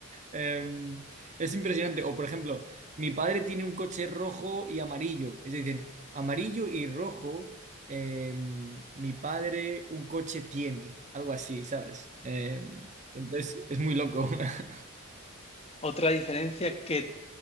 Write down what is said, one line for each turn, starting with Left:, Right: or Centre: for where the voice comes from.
Right: Eh, es impresionante. O, por ejemplo, mi padre tiene un coche rojo y amarillo. Es decir, amarillo y rojo, eh, mi padre un coche tiene. Algo así, ¿sabes? Eh, entonces, es muy loco. <laughs>
Left: Otra diferencia que